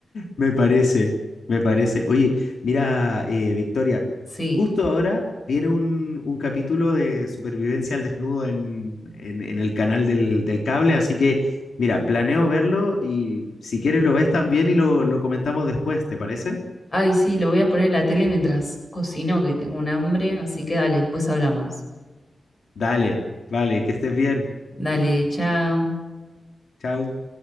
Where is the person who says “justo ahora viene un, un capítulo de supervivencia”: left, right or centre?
Left